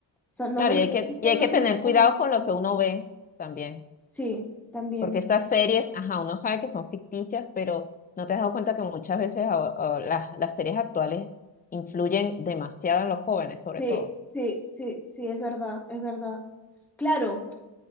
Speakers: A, in the centre; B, on the left.
A: sea, nos
B: Claro,
A: desconecta
B: y hay que, y hay
A: y nos
B: que tener cuidado
A: conecta
B: con lo
A: con-
B: que uno ve también,
A: Sí, también.
B: porque estas series, ajá, uno sabe que son ficticias, pero no te has dado cuenta que muchas veces a- a las, las series actuales influyen demasiado en los jóvenes, sobre
A: Sí,
B: todo.
A: sí, sí, sí, es verdad, es verdad. Claro.